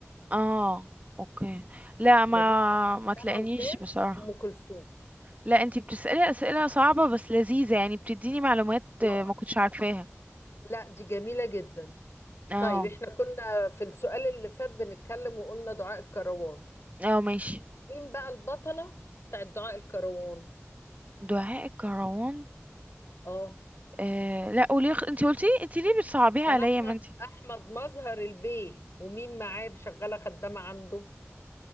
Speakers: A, on the right (about 35°); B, on the left (about 65°).
A: اه اوكي لا ما
B: نبيلة
A: ما تلاقينيش
B: إنما وداد
A: بصراحة
B: أم كلثوم
A: لا انتي بتسألي اسئلة صعبة بس لذيذة يعني بتديني معلومات
B: والله
A: آه، ما كنتش عارفاها
B: لا دي جميلة جدا
A: اه
B: طيب احنا كنا في السؤال اللي فات بنتكلم وقلنا دعاء الكروان
A: اه ماشي
B: مين بقى البطلة بتاعت دعاء الكروان
A: دعاء الكروان
B: اه
A: آه لا قولي انت قلتي انت ليه بتصعبيها
B: كان
A: عليا
B: احمد
A: ما انت
B: احمد مظهر البيه ومين معاه شغالة خدامة عنده